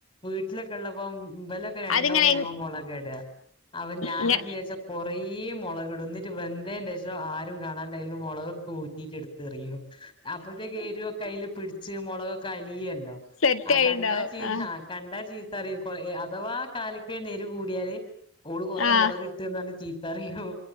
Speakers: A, on the left; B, on the left.
A: വീട്ടിലൊക്കെ ഇള്ളപ്പോ ഇവലെ രണ്ടോ
B: അതിങ്ങനെ
A: മൂന്നോ മൊളകാ ഇടാ അപ്പൊ ഞാൻ
B: ഇങ്ങ
A: എന്തെയ്യച്ചാ കൊറേ മൊളകിടും ഇന്നിട്ട് വെന്തേന്റെശം ആരും കാണാണ്ടെ അയിന്ന് മുളകൊക്കെ ഊറ്റിട്ട് ഇടുത്ത് എറിയും അപ്പത്തേക്ക് എരുവൊക്കെ അയില് പിടിച്ച് മുളകൊക്കെ അലിയുല്ലോ
B: സെറ്റ്
A: ആഹ്
B: ആയിണ്ടാവും
A: കണ്ടാ ച്ചി
B: ആഹ്
A: കണ്ടാ ചീത്തറിയും അഥവാ കാലക്കേടിനു എരു കൂടിയാല് ഓള് കൊറേ
B: ആഹ്
A: മുളക് ഇട്ട്ന്ന് പറഞ്ഞ് ചീത്തറിയും